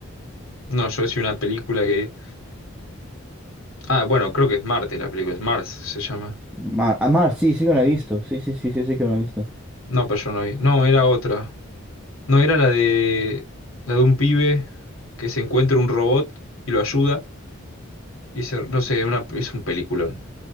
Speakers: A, on the left (about 70°); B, in the centre.
A: No, yo decía una película que... Ah, bueno, creo que es Marte la película, es Mars se llama.
B: Mar, ah, Mar, sí, sí que me lo he visto. Sí, sí, sí, sí, sí que me lo he visto.
A: No, pero yo no vi. No, era otra. No, era la de... La de un pibe que se encuentra un robot y lo ayuda. Y se- no sé, una, es un peliculón.